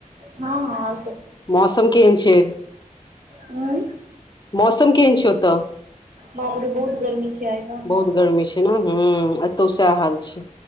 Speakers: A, on the right (about 70°); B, on the left (about 30°).
A: हँ हँ आओर
B: मौसम केहन छै।
A: हाँ
B: मौसम केहन छै ओतऽ
A: बापरे बहुत गर्मी छै, आइ तऽ
B: बहुत गरमी छै, ने हँ एतौ सएह हाल छै।